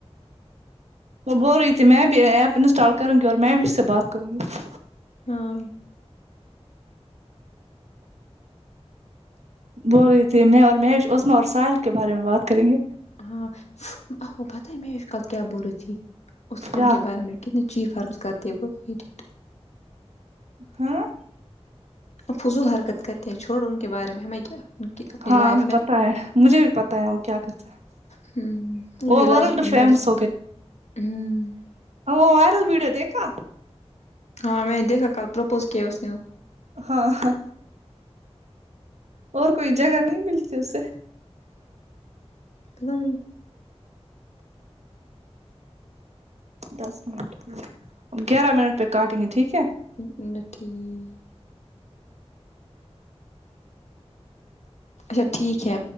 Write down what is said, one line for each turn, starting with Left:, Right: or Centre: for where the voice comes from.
Right: وہ بول رہی تھی میں بھی ایپ انسٹال کروں گی اور میں بھی اس سے بات کروں گی
Left: ہاں
Right: بول رہی تھی میں اور مہیش عزما اور ساحل کے بارے میں بات کریں گے
Left: ہاں او پتہ ہے مش کل کیا بول رہی تھی اس
Right: کیا
Left: ان کے بارے میں کتنی چیپ حرکت کرتی ہے وہ ایڈیٹ
Right: ہاں
Left: فضول حرکت کرتے ہیں چھوڑو ان کے بارے میں ہمیں کیا ان کی اپنی
Right: ہاں
Left: لائف
Right: ہمیں پتا
Left: نا
Right: ہے مجھے بھی پتا ہے وہ کیا کرتا ہے
Left: ہمم
Right: وہ ورلڈ
Left: <unintelligible>
Right: فیمس
Left: ہمم
Right: ا وہ وائرل وڈیو دیکھا
Left: ہاں میں نے دیکھا کل پرپوز کیا اس نے
Right: ہاں ہاں اور کوئی جگہ نہیں ملتی اسے
Left: پتا نہیں
Right: دس منٹ ہوئے گیارہ منٹ پہ کاٹیں گے ٹھیک ہے
Left: <unintelligible> اچھا ٹھیک ہے